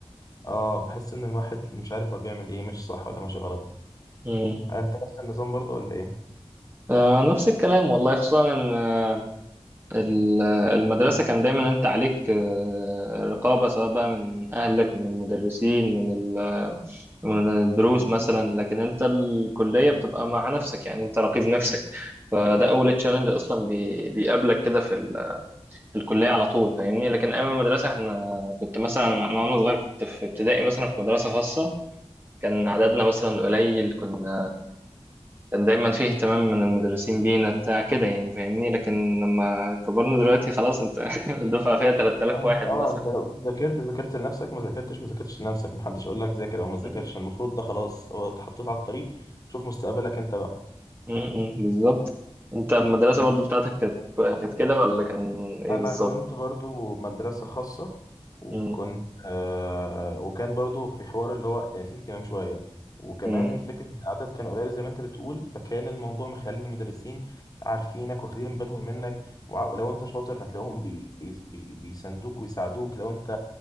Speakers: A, on the left; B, on the right.
A: اه بحس إن الواحد مش عارف هو بيعمل إيه مش صح ولا ماشي غلط
B: امم
A: آه، أنت نفس النظام برضه ولا إيه؟
B: آه نفس الكلام والله خصوصا ان آه، ال- آه، المدرسه كان دايما انت عليك آه، رقابه سواء بقى من اهلك من المدرسين من ال- من الدروس مثلا لكن انت الكليه بتبقى مع نفسك يعني انت رقيب نفسك فده اول تشالنج اصلا بي- بيقابلك كده في ال- في الكليه على طول فاهمني لكن ايام المدرسه احنا كنت مثلا انا وانا صغير كنت في ابتدائي مثلا في مدرسه خاصه كان عددنا مثلا قليل كنا كان دايما فيه اهتمام من المدرسين بينا بتاع كده يعني فاهمني لكن لما كبرنا دلوقتي خلاص انت <laughs> الدفعة فيها 3000
A: اه
B: واحد
A: آه،
B: مثلا
A: أنت لو ذاكرت ذاكرت لنفسك ما ذاكرتش ما ذاكرتش لنفسك محدش يقول لك ذاكر أو ما ذاكرش
B: مم.
A: المفروض ده خلاص هو اتحطيت على الطريق شوف مستقبلك أنت بقى
B: مم. بالظبط انت المدرسة برضو بتاعتك كانت كانت كده ولا كان ايه
A: انا
B: بالظبط
A: كنت برضو مدرسة خاصة وكنت
B: مم.
A: آه وكان برضو في حوار اللي هو آه، فيه اهتمام شوية وكمان
B: مم.
A: فكرة ان العدد كان قليل زي ما انت بتقول فكان الموضوع مخلي المدرسين عارفينك واخدين بالهم منك وع- ولو انت شاطر هتلاقوهم بي بي بي بيساندوك ويساعدوك لو انت